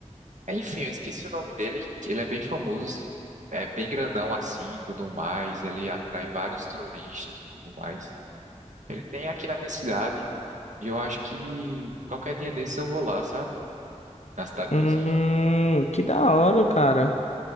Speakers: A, on the right; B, on the left.
A: É, É, enfim, eu esqueci o nome dele, que ele é bem famoso, é bem grandão assim e tudo mais. Ele atrai vários turistas e tudo mais. Ele tem aqui na minha cidade, e eu acho que qualquer dia desses eu vou lá, sabe? Na cidade
B: Hum,
A: vizinha.
B: que da hora, cara.